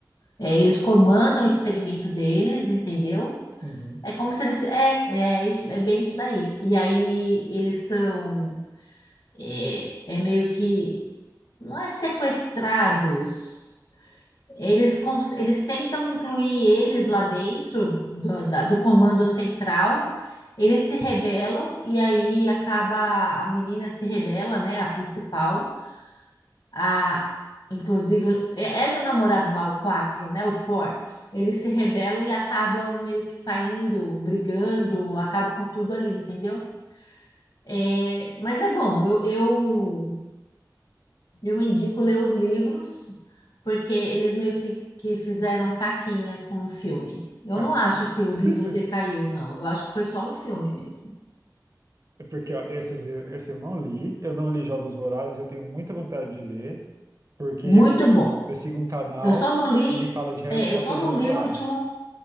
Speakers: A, on the left; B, on the right.
A: é, eles comandam o experimento deles, entendeu?
B: Uhum.
A: É como se eles. É, é, isso- é bem isso daí. E aí eles são. É, é meio que. Não é sequestrados. Eles, cons- eles tentam incluir eles lá dentro do, da- do comando central. Eles se rebelam e aí acaba. A menina se rebela, né? A principal. a, inclusive, ela e o namorado lá, o 4 né, o four eles se rebelam e acabam meio que saindo, brigando, acaba com tudo ali, entendeu? É, mas é bom, eu, eu, eu indico ler os livros, porque eles meio que, que fizeram caquinha com o filme. Eu
B: Caquinho?
A: não acho que o
B: <laughs>
A: livro decaiu, não. Eu acho que foi só o filme mesmo.
B: É porque, ó, esses, eu- esse eu não li. Eu não li Jogos Vorazes, eu tenho muita vontade de ler, porque
A: Muito
B: eu,
A: bom.
B: eu sigo um canal
A: Eu só não li,
B: e ele fala de Harry
A: é,
B: Potter
A: eu só não
B: e Jogos
A: li
B: Vorazes.
A: o último,